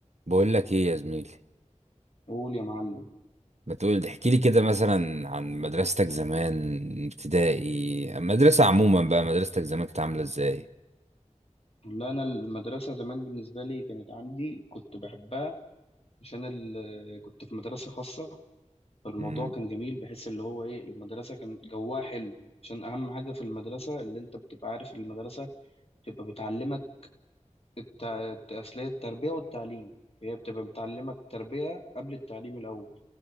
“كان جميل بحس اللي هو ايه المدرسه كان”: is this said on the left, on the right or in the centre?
Left